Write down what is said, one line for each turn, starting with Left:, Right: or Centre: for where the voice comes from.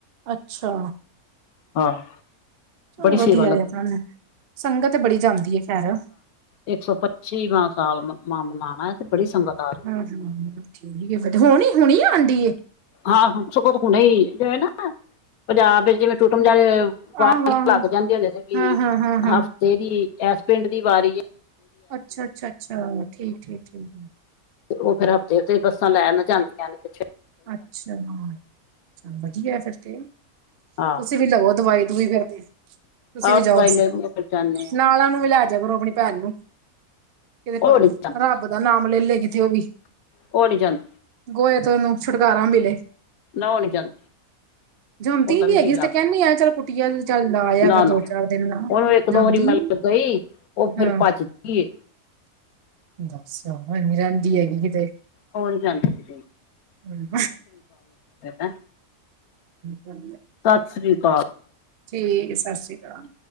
Right: ਅੱਛਾ
Left: ਹਾਂ
Right: ਚਲੋ
Left: ਬੜੀ
Right: ਵਧੀਆ
Left: ਸੇਵਾ ਲੱਗੀ
Right: ਆਪਣਾ ਸੰਗਤ ਬੜੀ ਜਾਂਦੀ ਏ ਖੈਰ
Left: ਇੱਕ ਸੌ ਪੱਚੀ ਵਾ ਸਾਲ ਮਣਾਉਣਾ ਤੇ ਬੜੀ ਸੰਗਤ ਆ ਰਹੀ
Right: ਹੂੰ ਹੂੰ ਠੀਕ ਫੇਰ ਹੋਣੀ ਹੁਣੀ ਆਉਂਢੀ ਏ।
Left: ਹਾਂ ਸਗਂਤ ਹੁਣੇ ਹੀ ਜਿਵੇਂ ਨਾ ਪੰਜਾਬ ਵਿੱਚ ਜਿਵੇਂ ਟੁੱਟਮ ਜਾ ਵਾਰੀ
Right: ਆਹੋ ਆਹੋ
Left: ਲੱਗ ਜਾਂਦੀ ਹੁੰਦੀ ਸੀ ਵੀ
Right: ਹਾਂ ਹਾਂ ਹਾਂ ਹਾਂ
Left: ਹਫ਼ਤੇ ਦੀ ਇਸ ਪਿੰਡ ਦੀ ਵਾਰੀ ਏ।
Right: ਅੱਛਾ-ਅੱਛਾ-ਅੱਛਾ, ਠੀਕ- ਠੀਕ-ਠੀਕ।
Left: ਤੇ ਉਹ ਫਿਰ ਹਫ਼ਤੇ ਤੇ ਬੱਸਾਂ ਲੈਣ ਜਾਂਦੀਆਂ ਨੇ ਕੁ
Right: ਅੱਛਾ ਵਧੀਆ ਫਿਰ ਤੇ।
Left: ਨੇ ਹਾਂ
Right: ਤੁਸੀਂ ਵੀ ਲਓ ਦਵਾਈ ਦਵਈ ਫਿਰ ਤੇ। ਤੁਸੀਂ ਵੀ
Left: ਔਰ
Right: ਜਾਓ
Left: ਦਵਾਈ ਲੈ ਕੇ ਫਿਰ ਜਾਂਦੇ ਆ
Right: ਨਾਲਾਂ ਨੂੰ ਵੀ ਲੈਜ ਕਰੋ ਆਪਣੀ ਭੈਰ ਨੂੰ। ਕਿਤੇ
Left: ਉਹ ਨੀ ਜਾਂਦੀ
Right: ਰੱਬ ਦਾ ਨਾਮ ਲੈ ਲਏ ਕਿਥੇ ਉਹ ਵੀ
Left: ਉਹ ਨੀ ਜਾਂਦੀ
Right: ਗੋਏ ਤ ਉਹਨੂੰ ਛੁਟਕਾਰਾ ਮਿਲੇ
Left: ਨਾ ਉਹ ਨੀ ਜਾਂਦੀ
Right: ਜਾਂ ਜਾਂਦੀ
Left: ਉਹਦਾ
Right: ਨਹੀ
Left: ਨੀ
Right: ਹੈਗੀ।
Left: ਜੀ ਲੱਗਦਾ
Right: ਅਸੀਂ ਤੇ ਕਹਿੰਦੀ ਆ ਚਲ ਕੁਟੀਆ ਚੱਲ ਲਾਆਗਾ
Left: ਨਾ
Right: ਦੋ
Left: ਨਾ
Right: ਚਾਰ ਦਿਨ ਲਾ
Left: ਉਹਨੂੰ ਇੱਕ ਦੋ
Right: ਜਾਂਦੀ
Left: ਵਾਰੀ ਮੈਂ
Right: ਨਹੀ
Left: ਗਈ ਉਹ ਫਿਰ
Right: ਹਮ।
Left: ਭੱਜਦੀ ਏ
Right: ਬੱਸ ਨ ਰਹਦੀ ਹੈਗੀ ਕਿਤੇ
Left: ਹੋ ਨ ਜਾਂਦੀ ਸੀ।
Right: ਹਮਮ
Left: ਹੈਂ
Right: ਚੱਲ
Left: ਸਤਿ ਸ੍ਰੀ ਅਕਾਲ।
Right: ਠੀਕ ਸਤਿ ਸ਼੍ਰੀ ਅਕਾਲ।